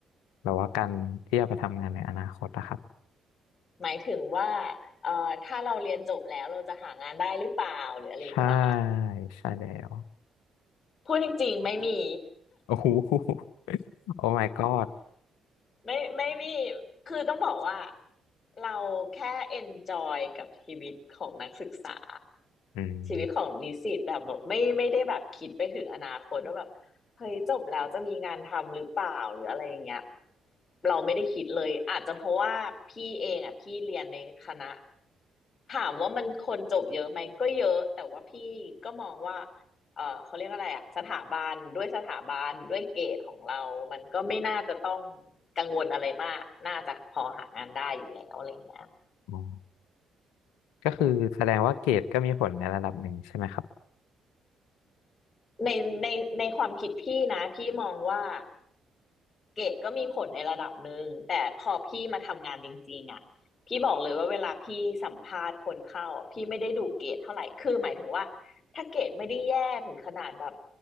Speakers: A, on the left (about 70°); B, on the left (about 45°).
A: แบบว่าการที่จะไปทำงานในอนาคตนะครับ
B: หมายถึงว่าเอ่อถ้าเราเรียนจบแล้วเราจะหางานได้หรือเปล่าหรืออะไรอย่างเงี้ยเหรอค่ะ
A: ใช่ใช่แล้ว
B: พูดจริงๆไม่มี
A: โอ้โห <laughs> โอ้ my god
B: ไม่ไม่มี คือต้องบอกว่าเราแค่เอนจอยกับชีวิตของนักศึกษา
A: อืม
B: ชีวิตของนิสิตแต่แบบไม่ไม่ได้แบบคิดไปถึงอนาคตว่าแบบเฮ้ยจบแล้วจะมีงานทำหรือเปล่าหรืออะไรอย่างเงี้ยเราไม่ได้คิดเลยอาจจะเพราะว่าพี่เองอ่ะพี่เรียนในคณะถามว่ามันคนจบเยอะไหมก็เยอะแต่ว่าพี่ก็มองว่า เอ่อเขาเรียกอะไรอ่ะสถาบันด้วยสถาบันด้วยเกรดของเรามันก็ไม่น่าจะต้องกังวลอะไรมากน่าจะพอหางานได้อยู่แล้วอะไรเงี้ย
A: อ๋อก็คือแสดงว่าเกรดก็มีผลในระดับหนึ่งใช่ไหมครับ
B: ในในในความคิดพี่นะพี่มองว่า เกรดก็มีผลในระดับหนึ่งแต่พอพี่มาทำงานจริงๆอ่ะพี่บอกเลยว่าเวลาพี่สัมภาษณ์คนเข้าพี่ไม่ได้ดูเกรดเท่าไหร่คือหมายถึงว่าถ้าเกรดไม่ได้แย่ถึงขนาดแบบ